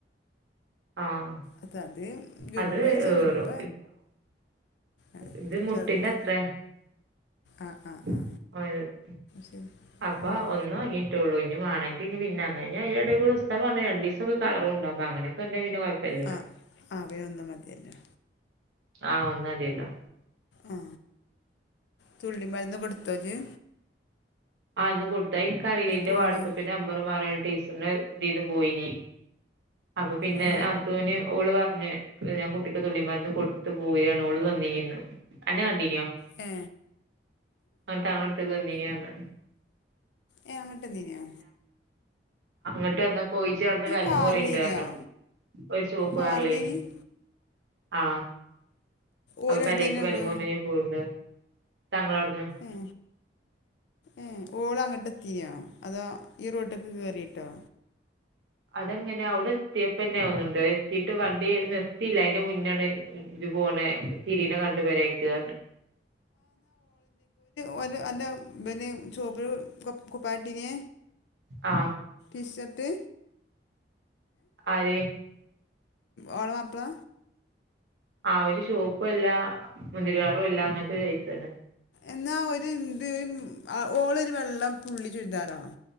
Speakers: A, on the right (about 80°); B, on the left (about 70°).
A: ആഹ്
B: അത അത് ജുബ്ബച്ച
A: അത് ഏറും
B: ജുബ്ബ ആ
A: ഇത് മുട്ടിന്റെ
B: ചെറുത്
A: അത്ര.
B: ആ ആ
A: <unintelligible>
B: ആ ശരി
A: അപ്പൊ
B: ഉം.
A: ഒന്ന് ങ്ങീട്ട്ള്ളൂ. വേണെങ്കി പിന്നെ വാങ്ങ, യ്ന്റെ ടെക്കുടെ, ഉസ്താദ് പറഞ്ഞ രണ്ടക്കെകളറുഉണ്ടാമ്പേ അനൊക്കെണ്ട ഐന് കുഴപ്പല്ലല്ലോ
B: ആ ആ അവനൊന്നും മതിയല്ലോ
A: ആ ഒന്ന് മതിയല്ലോ.
B: ആ തുള്ളി മരുന്ന് കെടുത്തേജ്
A: ആ. ന്ന് കൊടുത്താ എനിക്കറിലയ്നി. ന്റെ
B: പോളിയോ
A: വാട്സആപ്പി നമ്പർ മാറിടീ ഇന്ന്. ഇതിന്പോയിനി, അപ്പൊ പിന്നെ
B: ആ
A: അത്തൂന് ഓള് നെ. ഞാൻ കുട്ടിക്ക് തുള്ളിമാരുന്ന് കൊടുത്തു പോരാണ്, ഓള്ന്ന് വന്നിന്ന് എന്നെ കണ്ടീനോ
B: ഹെ
A: അന്റെ <unintelligible> വന്നീനിറന്ന്
B: ഏ, അങ്ങട്ട് വന്നീനോ
A: അട്ട് വന്നാ പോയിച്ചന്ന് വലങ്ങ്റീണ്ട്
B: കാറിലേനിയോ
A: റഞ്ഞു. ഒരു ചുവപ്പ്കാറിലയ്നി
B: കാറിലേനി
A: ആ
B: ഓലടുന്ന്
A: അ പെരേക്ക്
B: തന്നെ
A: വെലങ്ങ്മുറിഞ്ഞ്
B: ഉണ്ടോ
A: പോവുണ്ട് തങ്ങളവിടു
B: ഏ ഏ ഓളങ്ങട്ടെ ത്തിനോ അതോ ഈ റോട്ട്ക്ക് കേറിട്ടോ
A: അതങ്ങനെ അവിടെ എത്തിയപ്പന്നൊവുന്നുണ്ട് എത്തീട്ട് വണ്ടി നിർത്തിയില്ല അതിന്റെ മുന്നെണ്ടെ പോണെ തിരീനെ കണ്ടു പെരേക്ക്
B: ഓല് അല്ല ബന് ചോപ്പിന് കൊ കുകട്ടീനേ
A: ആ
B: വിശ്വത്ത്
A: ആര്
B: ഓളെ മാപ്പിള
A: ആ ഒരു ചോപ്പും അല്ല മുന്തിരികളറും അല്ല അങ്ങനത്തെ ഒരു സൈസ് തന്നെ
B: എന്നാ ഒരു ഇന്ത് ഓളൊരു വെള്ള പുള്ളി ചുരിതാറാണോ